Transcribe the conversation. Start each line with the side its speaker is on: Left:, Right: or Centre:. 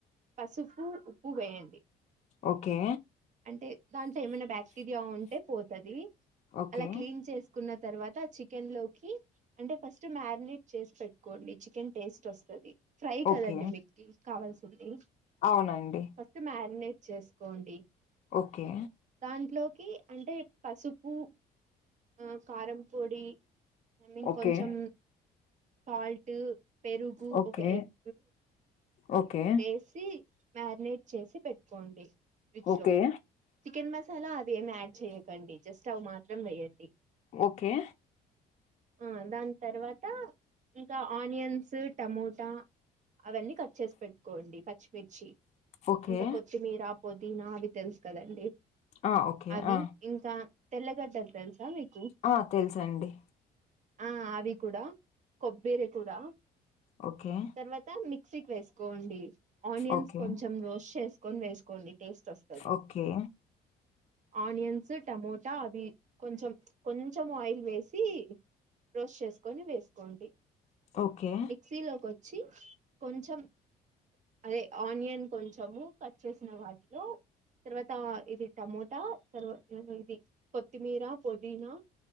Right: పసుపు ఉప్పు వేయండి
Left: ఓకే.
Right: అంటే దాంట్లో ఏమన్నా బ్యా బ్యాక్టీరియా ఉంటే పోతాది
Left: ఓకే.
Right: అలా క్లీన్ చేసుకున్న తర్వాత చికెన్ లోకి అంటే ఫస్ట్ మ్యారినేట్ చేసి పెట్టుకోండి చికెన్ టేస్ట్ వస్తది ఫ్రై
Left: ఓకే.
Right: కదండి మీకీ కావాల్సింది
Left: అవునండి
Right: తే మ్యారినేట్ చేసుకోండి
Left: ఓకే
Right: దాంట్లోకి అంటే పసుపు ఆ కారం పొడి ఐ మీన్
Left: ఓకే.
Right: కొంచం సాల్ట్ పెరుగు
Left: ఓకే.
Right: ఒక Egg
Left: okay.
Right: వేసి మ్యారినేట్ చేసి పెట్టుకోండి ఫ్రిజ్
Left: ఓకే.
Right: లో చికెన్ మసాలా ఏం యాడ్ చేయకండి జస్ట్ అవి మాత్రం వేయండి
Left: ఓకే.
Right: ఆ దాని తర్వాత ఇంకా ఆనియన్స్ టమోటా అవన్నీ కట్ చేసి పెట్టుకోండి పచ్చిమిర్చి
Left: ఓకే.
Right: ఇంకా కొత్తి మీరా పోదీనా అవి తెలుసు కదండి
Left: ఆ! ఓకే.
Right: అవి
Left: ఆ!
Right: ఇంకా తెల్లగడ్డలు తెలుసా మీకు
Left: ఆ తెలుసండి
Right: ఆ ఆవి కూడా కొబ్బేర కూడా
Left: ఓకే
Right: తర్వాత మిక్సీ కి వేసుకోండి ఆనియన్స్
Left: ఓకే.
Right: కొంచెం రోస్ట్ చేసుకొని వేసుకోండి టేస్ట్ వస్త
Left: ఓకే
Right: ఆనియన్స్ టమోటా అవి కొంచెం కొంచెం ఆయిల్ వేసి రోస్ట్ చేసుకొని వేసుకోండి
Left: ఓకే.
Right: మిక్సీలోకి వచ్చి కొంచెం అదే ఆనియన్ కొంచెము కట్ చేసిన వాటిలో తర్వాత ఇది టమోటా తర్వా ఇది కొత్తిమీర పుదీనా